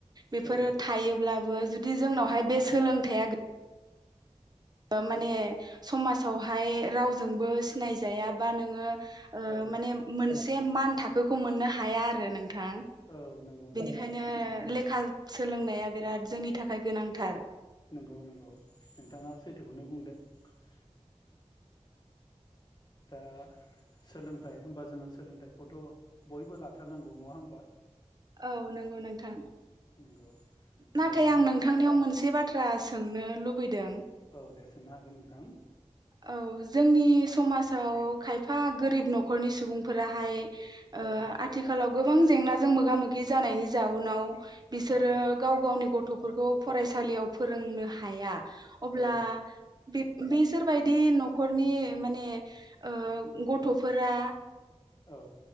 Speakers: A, on the right (about 35°); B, on the left (about 35°).
A: बेफोरो
B: औ
A: थायोब्लाबो जुदि जोंनावहाय बे सोलोंथाइया माने समाजावहाय रावजोंबो सिनायजायाबा नोङो। ओ
B: औ
A: माने मोनसे मान थाखोखौ मोननो हाया आरो नों थां
B: औ नंगौ
A: बेनिखायनो
B: नंगौ
A: <unintelligible> सोलोंनाया बिराद जोंनि थाखाय गोनांथार।
B: नंगौ नंगौ नोंथाङा सै थोखौनो बुंदों। <unintelligible> दा सोलोंथाइ ओमबा जोङो सोलोंथाइखौथ बयबो लाथारनांगौ नङा होमबा?
A: औ नंगौ नोंथां।
B: <unintelligible> होमबा
A: नाथाय आं नोंथांनियाव मोनसे बाथ्रा सोंनो लुबैदों
B: औ दे सोंनो हागोन नोंथां।
A: औ। जोंनि समाजाव खायफा गोरिब नखरनि सुबुंफोराहाय ओ
B: औ
A: आथिखालाव गोबां जेंनाजों मोगा मोगि जानायनि जाउनाव बिसोरो
B: औ
A: गाव गावनि गथफोरखौ फरायसालियाव फोरोंनो हाया। अब्ला
B: औ
A: बेब बेस सोरबायदि नखरनि माने ओ गथफोरा
B: औ